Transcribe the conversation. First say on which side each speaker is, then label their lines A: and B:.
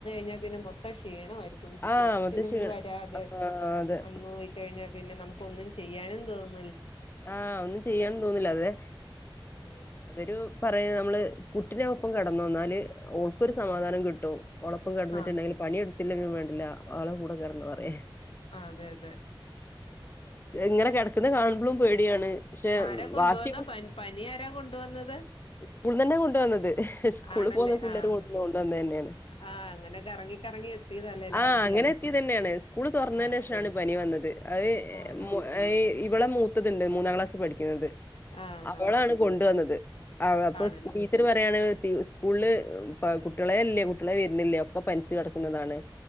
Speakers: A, on the left; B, on the left.
A: ഞ്ഞ പിന്നെ മൊത്തംക്ഷീണമായി.
B: ആഹ്
A: കൊച്ചിനും
B: മുത്തശ്ശി
A: വരാതെ
B: ആഹ് അതെ
A: വന്നു പോയി കഴിഞ്ഞാൽ പിന്നെ നമുക്ക് ഒന്നും ചെയ്യാനും തോന്നു
B: ആ ഒന്നും ചെയ്യാനുതോന്നില്ല. അതെ
A: ഉം
B: അവരു പറയ നമ്മള് കുട്ടിനൊപ്പം കിടന്നു. എന്നാല് ഓൾക്കൊരു സമാധാനം കിട്ടും. ഓളപ്പം കിടന്നിട്ടുണ്ടെങ്കിൽ
A: ആഹ്
B: പണി എടുത്തില്ലെങ്കിലും വേണ്ട ല്ല ആളെ കൂടെ കറന്ന് പറയാേ
A: ആ അതെ അ
B: ഇങ്ങനെ കിടക്കന്ന് കാണുമ്പോഴും പോയി് എടെയാണ് പക്ഷെ
A: ആരാ കൊണ്ടുവന്ന
B: വാശി
A: പനി പനി ആരാ കൊണ്ടുവന്നത്
B: സ്കൂളന്ന് തന്നെ കൊണ്ട വന്നത് സ്കൂള
A: ആണല്ലേ
B: പോവുന്ന പിള്ളേർ
A: ആഹ്
B: കൊണ്ടുവന്നു കൊണ്ട വന്നത് തന്നെയാണ്
A: ആഹ് അങ്ങനെ കറങ്ങി കറങ്ങി എത്തിയതല്ലേ ലാസ്റ്റ്
B: ആഹ അങ്ങനെ എത്തിയത് തന്നെയാണ് സ്കൂള് തുറന്നതിനു
A: ആഹ്
B: ശേഷാണ് പനി വന്നത് അത് <unintelligible>
A: ആഹ്
B: ഇവിടെ മൂത്തത്ണ്ട് മൂന്നാം ക്ലാസ് പഠിക്കുന്നത്
A: ആഹ്
B: അവളാണ്
A: ആഹ്
B: കൊണ്ടുവന്നത് അവ അപ്പൊ
A: ആണല്ലേ
B: ടീച്ചർ പറയാണ് സ്കൂളില് കുട്ടികളെ അല്ലേ കുട്ടികളെ വരുന്നില്ലേ ഒക്കെ പനിച്ചു കിടക്കുന്നതാണ്